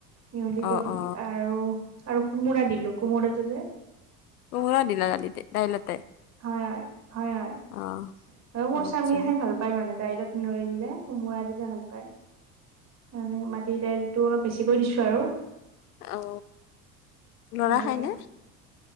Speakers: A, on the right (about 35°); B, on the left (about 75°).
A: মিহলি
B: অ
A: কৰি
B: অ
A: আৰু আৰু কোমোৰা দিলো, কোমোৰাটো যে
B: কোমোৰা দিলা দালিতে দাইলতে
A: হয় হয়, হয় হয়
B: অ
A: আৰু মোৰ
B: আচ্ছা
A: স্বামীয়ে খায় ভাল পায় মানে। দাইলত মিহলি দিলে কোমোৰা দিলে ভাল পায়। মানে মাটি দাইলতটো অলপ বেছিকৈ দিছো আৰু
B: অ ল'ৰাই
A: ভাল লাগে
B: খাইনে?